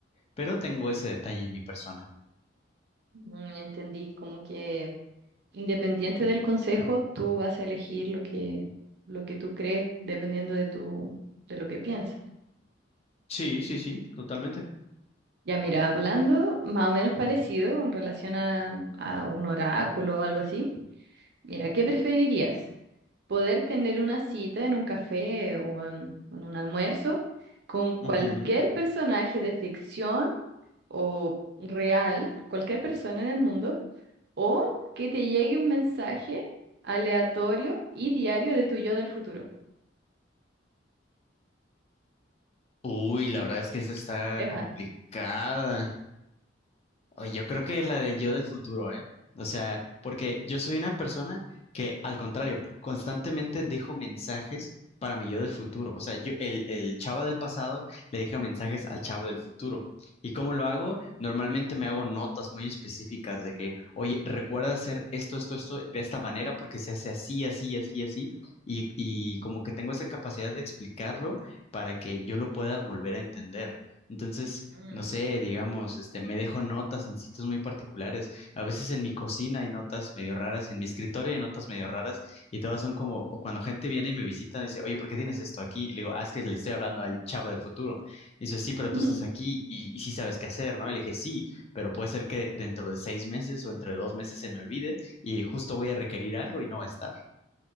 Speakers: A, on the left; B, on the right.
A: pero tengo ese detalle en mi persona.
B: Mm, Entendí, como que independiente del consejo, tú vas a elegir lo que, lo que tú crees dependiendo de tu, de lo que pienses.
A: Sí, sí, sí, totalmente.
B: Ya mira, hablando más o menos parecido en relación a, a un oráculo o algo así, mira, ¿qué preferirías? ¿Poder tener una cita en un café o en, en un almuerzo con
A: Ujú.
B: cualquier personaje de ficción o real, cualquier persona en el mundo, o que te llegue un mensaje aleatorio y diario de tu yo del futuro?
A: Uy, la verdad es que esa está
B: Leja.
A: complicada. Oye, yo creo que la del yo del futuro, ¿eh? O sea, porque yo soy una persona que, al contrario, constantemente dejo mensajes para mi yo del futuro. O sea, yo, el, el chava del pasado le deja mensajes al chavo del futuro. ¿Y cómo lo hago? Normalmente me hago notas muy específicas de que, oye, recuerda hacer esto, esto, esto de esta manera porque se hace así, así, así, así. Y, y como que tengo esa capacidad de explicarlo para que yo lo pueda volver a entender. Entonces,
B: Mm.
A: no sé, digamos, este, me dejo notas en sitios muy particulares. A veces en mi cocina hay notas medio raras, en mi escritorio hay notas medio raras, y todas son como o cuando gente viene y me visita, dice, oye, ¿por qué tienes esto aquí? Y le digo, ah, es que le estoy hablando al chavo del futuro. Y dice, sí, pero
B: <laughs>
A: tú estás aquí y, y sí sabes qué hacer, ¿no? Y le dije, sí, pero puede ser que dentro de seis meses o entre dos meses se me olvide y justo voy a requerir algo y no va a estar.